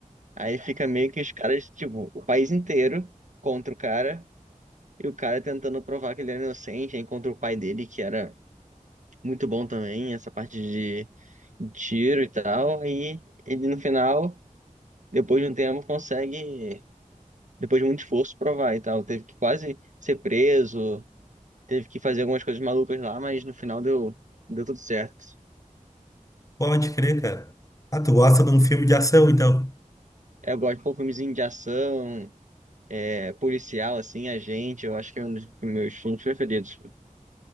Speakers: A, on the right; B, on the left.
A: Aí fica meio que os caras, tipo, o país inteiro contra o cara, e o cara tentando provar que ele era inocente, aí contra o pai dele, que era muito bom também, essa parte de de tiro e tal. Aí ele no final, depois de um tempo, consegue, depois de muito esforço, provar e tal. Teve que quase ser preso, teve que fazer algumas coisas malucas lá, mas no final deu, deu tudo certo.
B: Pode crer, cara. Ah, tu gosta de um filme de ação, então.
A: Eu gosto de pôr filmezinho de ação. É, policial, assim, agente, eu acho que é um dos meus filmes preferidos.